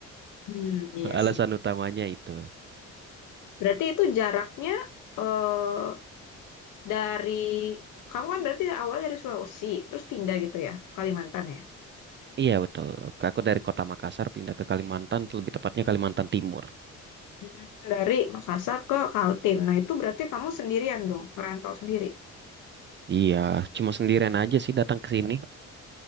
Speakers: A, on the left; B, on the right.
A: Hmm,
B: <laughs>
A: iya
B: Alasan
A: sih.
B: utamanya itu.
A: Berarti itu jaraknya eh dari kamu kan berarti awal dari Sulawesi, terus pindah gitu ya, Kalimantan ya?
B: Iya betul. Aku dari kota Makassar pindah ke Kalimantan, lebih tepatnya Kalimantan Timur.
A: Hmm, Dari Makassar ke Kaltim. Nah, itu berarti kamu sendirian dong, merantau sendiri.
B: Iya, cuma sendirian aja sih datang ke sini.